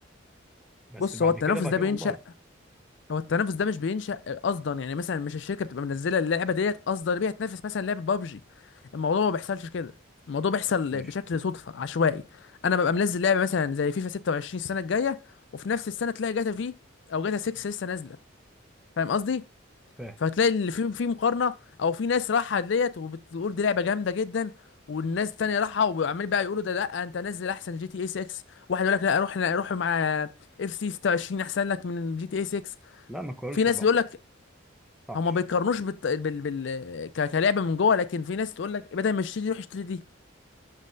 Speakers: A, in the centre; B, on the left.
A: بس
B: بص
A: بعد
B: هو التنافس
A: كده بقى
B: ده
A: في
B: بينشأ
A: اونلاين
B: هو التنافس ده مش بينشأ قصدا يعني مثلا مش الشركه بتبقى منزله اللعبه ديت قصدا بيها تنافس مثلا لعبه بابجي الموضوع ما بيحصلش كده الموضوع بيحصل
A: ماشي
B: بشكل صدفه عشوائي انا ببقى منزل لعبه مثلا زي فيفا 26 السنه الجايه وفي نفس السنه تلاقي جاتا في او جاتا 6 لسه نازله فاهم قصدي
A: فاهم
B: فهتلاقي اللي في في مقارنه او في ناس راحه ديت وبتقول دي لعبه جامده جدا والناس التانية راحة وعمال بقى يقولوا ده لا انت نزل احسن جي تي اي 6 واحد يقول لك لا روح روح مع اف سي 26 احسن لك من جي تي اي 6
A: لا ما تقارنش
B: في ناس
A: ببعض
B: بيقول لك
A: ما ينفعش
B: هما بيقارنوش بالت... بال... بال... ك... كلعبه من جوه لكن في ناس تقول لك بدل ما اشتري دي روح اشتري دي